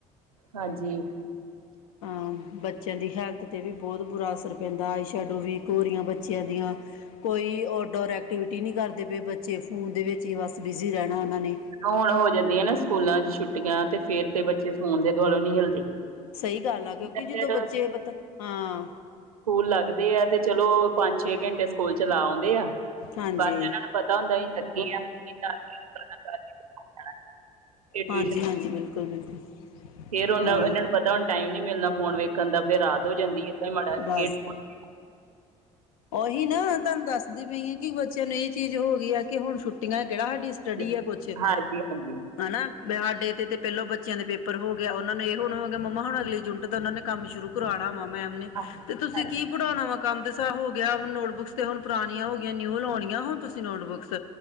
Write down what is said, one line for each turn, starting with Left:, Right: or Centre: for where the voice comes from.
Right: ਹਾਂਜੀ।
Left: ਹਾਂ ਬੱਚਿਆਂ ਦੀ ਹੈਲਥ ਤੇ ਵੀ ਬਹੁਤ ਬੁਰਾ ਅਸਰ ਪੈਂਦਾ ਆਈ ਸ਼ੈਡੋ ਵੀ ਕੋਰੀਆਂ ਬੱਚਿਆਂ ਦੀਆਂ। ਕੋਈ ਆਊਟਡੋਰ ਐਕਟੀਵਿਟੀ ਨਹੀਂ ਕਰਦੇ ਪਏ ਬੱਚੇ ਫੋਨ ਦੇ ਵਿੱਚ ਹੀ ਬਸ ਬਸ ਬਿਜ਼ੀ ਰਹਿਣਾ ਉਹਨਾਂ ਨੇ
Right: ਹੁਣ ਹੋ ਜਾਂਦੀਆਂ ਨਾ ਸਕੂਲਾਂ ਚ ਛੁੱਟੀਆਂ, ਤੇ ਫੇਰ ਤੇ ਬੱਚੇ ਫੋਨ ਦੇ ਦੁਆਲੋ ਨਹੀਂ ਹਿਲਦੇ।
Left: ਸਹੀ ਗੱਲ ਆ, ਕਿਉਂਕਿ
Right: ਫਿਰ
Left: ਜਦੋਂ ਬੱਚੇ ਪਤਾ--ਹਾਂ
Right: ਸਕੂਲ ਲੱਗਦੇ ਆ ਤੇ ਚਲੋ ਪੰਜ-ਛੇ ਘੰਟੇ ਸਕੂਲ ਚ ਲਾ ਆਉਂਦੇ ਆ
Left: ਹਾਂਜੀ
Right: ਬਾਦ ਚ ਇਹਨਾਂ ਨੂੰ ਪਤਾ ਹੁੰਦਾ ਅਸੀ ਥੱਕੇ ਆਂ ਅੱਾਛ <unintelligible> <inaudible> ਫਿਰ
Left: ਹਾਂਜੀ
Right: ਟਿਊਸ਼ਨ
Left: ਹਾਂਜੀ ਬਿਲਕੁਲ ਬਿਲਕੁਲ।
Right: ਫੇਰ ਉਹਨਾ
Left: ਹਾਂ
Right: ਇਹਨਾਂ ਨੂੰ ਪਤਾ ਹੁਣ ਟਾਈਮ ਨੀ ਮਿਲਣਾ ਫੋਨ ਵੇਖਣ ਦਾ ਫੇਰ ਰਾਤ ਹੋ ਜਾਂਦੀ ਏ।
Left: ਬਸ
Right: <unintelligible>
Left: ਉਹੀ ਨਾ ਤੁਹਾਨੂੰ ਦੱਸਦੀ ਪਈ ਆ ਕਿ ਬੱਚਿਆਂ ਨੂੰ ਇਹ ਚੀਜ਼ ਹੋ ਗਈ ਕਿ ਹੁਣ ਛੁੱਟੀਆਂ ਕਿਹੜਾ ਸਾਡੀ ਸਟੱਡੀ
Right: ਖੂਡ
Left: ਆ ਕੁਛ।
Right: ਹਾਂਜੀ ਹਾਂਜੀ
Left: ਹਨਾ ਸਾਡੇੇ ਇਥੇ ਤੇ ਪਹਿਲੋਂ ਬੱਚਿਆਂ ਦੇ ਪੇਪਰ ਹੋ ਗਿਆ, ਉਹਨਾਂ ਨੂੰ ਇਹ ਹੋਣਾ ਹੋ ਗਿਆ ਮੰਮਾ ਹੁਣ ਅਗਲੀ ਜੂਨ ਤੇ ਤ ਉਹਨਾਂ ਨੇ ਕੰਮ ਸ਼ੁਰੂ ਕਰਾਣਾ ਵਾ ਮੈਮ ਨੇ
Right: ਹਾਂ
Left: ਤੇ ਤੁਸੀਂ ਕੀ ਪੜ੍ਹਾਉਣਾ ਵਾ ਕੰਮ ਤੇ ਹੋ ਗਿਆ ਨੋਟਬੁੱਕਸ ਤੇ ਹੁਣ ਪੁਰਾਣੀਆਂ ਹੋ ਗਈਆਂ ਨਿਊ ਲਾਉਣੀਆਂ ਹੁਣ ਤੁਸੀਂ ਨੋਟਬੁੱਕਸ